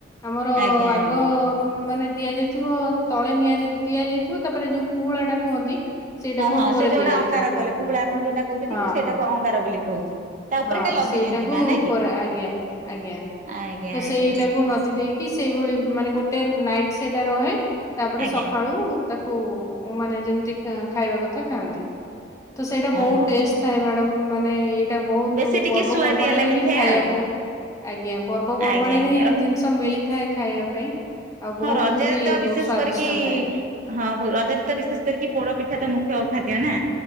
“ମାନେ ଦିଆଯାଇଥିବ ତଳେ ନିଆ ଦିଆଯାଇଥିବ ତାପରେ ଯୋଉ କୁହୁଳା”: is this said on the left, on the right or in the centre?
Left